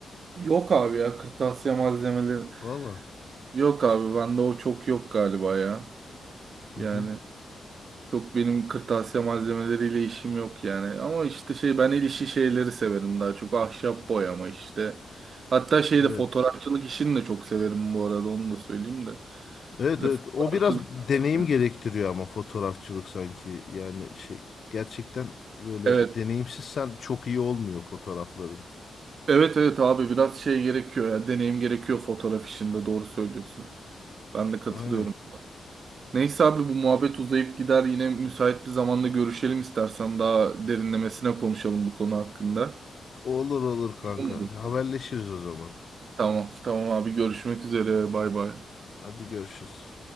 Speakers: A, on the right; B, on the left.
A: Yok abi ya kırtasiye malzemeleri.
B: Valla.
A: Yok abi bende o çok yok galiba ya.
B: Hı
A: Yani
B: hı.
A: Çok benim kırtasiye malzemeleriyle işim yok yani. Ama işte şey ben el işi şeyleri severim daha çok. Ahşap boyama işte. Hatta şeyde
B: Evet.
A: fotoğrafçılık işini de çok severim bu arada onu da söyleyeyim de.
B: Evet
A: Böyle
B: evet o
A: fotoğrafçılık.
B: biraz deneyim
A: <laughs>
B: gerektiriyor ama fotoğrafçılık sanki yani şey gerçekten böyle
A: Evet.
B: deneyimsizsen çok iyi olmuyor fotoğrafların.
A: Evet evet abi biraz şey gerekiyor ya. Deneyim gerekiyor fotoğraf işinde doğru söylüyorsun. Ben de katılıyorum.
B: Aynen.
A: buna. Neyse abi bu muhabbet uzayıp gider. Yine müsait bir zamanda görüşelim istersen. Daha derinlemesine konuşalım bu konu hakkında.
B: Olur olur kanka
A: Uygun mudur?
B: haberleşiriz o zaman.
A: Tamam tamam abi görüşmek üzere bay bay.
B: Hadi görüşürüz.